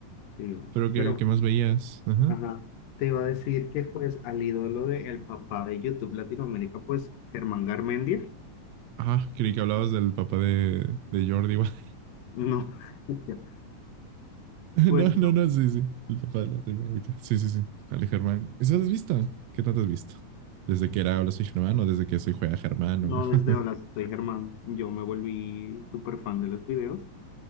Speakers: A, on the left; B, on the right.
A: Sí, bueno.
B: Pero, ¿qué,
A: Pero
B: qué más veías? Ajá.
A: Ajá. Te iba a decir que pues al ídolo de el papá de YouTube Latinoamérica, pues Germán Garmendia,
B: Ah, creí que hablabas del papá de, de Jordi. Wild. <laughs>
A: no, <laughs> pues
B: No,
A: no,
B: no, no, sí, sí. El papá de la primera Sí, sí, sí. Ale Germán. ¿Eso lo has visto? ¿Qué tanto has visto? ¿Desde que era Habla Soy Germán o desde que soy Juega Germán?
A: no
B: o- <laughs>
A: desde Hola, soy Germán, yo me volví súper fan de los videos